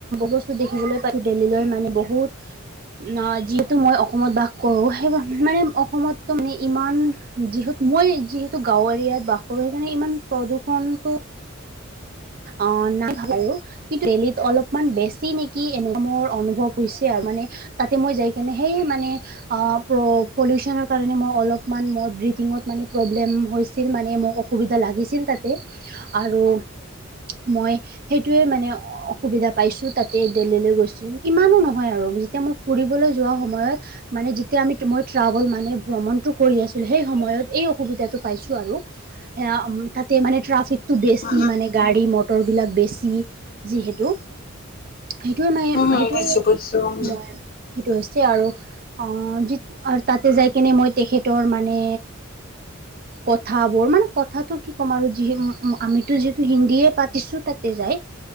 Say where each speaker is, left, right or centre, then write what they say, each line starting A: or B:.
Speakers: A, on the right; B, on the left.
A: বস্তু দেখিবলৈ পাইছো দেল্লীলৈ মানে বহুত ন যিহেতু মই অসমত বাস কৰোঁ সেই মানে অসমতো মানে ইমান যিহেতু মই যিহেতু গাঁৱৰ এৰিয়াত বাস কৰো সেইকাৰণে ইমান প্ৰদূষণটো অ নাই <unintelligible> কিন্তু দেল্লীত অলপমান বেছি নেকি এনেকা মোৰ অনুভৱ হৈছে আৰু মানে তাতে মই যাই কেনে সেই মানে অ প পলিউশ্যন কাৰণে মই অলপমান মোৰ ব্ৰিথিঙত মানে প্ৰব্লেম হৈছ ছিল মানে মোক অসুবিধা লাগিছিল তাতে আৰু মই সেইটোৱে মানে অসুবিধা পাইছো তাতে দিল্লীলৈ গৈছো ইমানো নহয় আৰু এতিয়া মই ফুৰিবলৈ যোৱা সময়ত মানে যেতিয়া আমি মই ট্ৰাভেল মানে ভ্ৰমণটো কৰি আছিলোঁ সেই সময়ত এই অসুবিধাটো পাইছোঁ আৰু সেয়া তাত তে মানে ট্ৰাফিকটো বেছি
B: উ
A: মানে গাড়ী মটৰবিলাক বেছি যিহেতু সেইটোৱে মাই
B: উ
A: সেইটোৱে
B: বুজিছো বুজিছো উ উম
A: মই সেইটো হৈছে আৰু অ যিত তাতে যাই কিনে মই তেখেতৰ মানে কথাবোৰ মানে কথাটো কি ক'ম আৰু যিহে উ আমিতো যি হিন্দীয়ে পাতিছো তাতে যাই